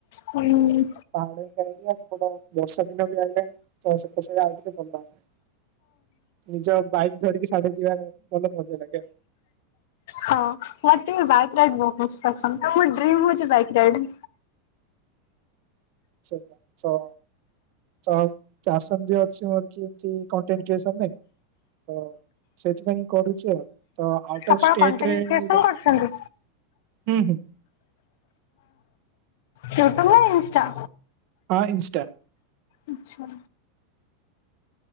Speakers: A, on the left; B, on the right.
A: ହୁଁ।
B: ପାହାଡ <inaudible> ବର୍ଷା ଦିନ ବି ଆଇିଲାଣି ଚାଷ ବାସ ଆଉ ଟିକେ ଭଲ ହେବ। ନିଜ ବାଇକ୍ ଧରିକି ସାଢ଼େ ଯିବା ଭଲ ମଜା ଲାଗେ ଆଉ।
A: ହଁ ମତେ ବି ବାଇକ୍ ରାଇଡ ବହୁତ ପସନ୍ଦ। ତ ମୋ ଡ୍ରିମ୍ ହଉଛି ବାଇକ୍ ରାଇଡ।
B: ସେଇଆ ତ। ତ ପ୍ୟାସନ ବି ଅଛି ମୋର କି ଏମତି କଣ୍ଟେଣ୍ଡ କ୍ରିଏସନରେ? ତ ସେଥିପାଇଁ କରୁଛି ଆଉ। ତ ଆଉଟ
A: ଆପଣ
B: ଅଫ ଷ୍ଟେଟ୍
A: କଣ୍ଟେଣ୍ଟ
B: ରେ
A: କ୍ରିଏସନ
B: ହୁଁ
A: କରୁଛନ୍ତି
B: ହୁଁ।
A: ୟୁଟ୍ୟୁବ ନା ଇନ୍ସଷ୍ଟା?
B: ହଁ ଇନ୍ଷ୍ଟା।
A: ଆଚ୍ଛା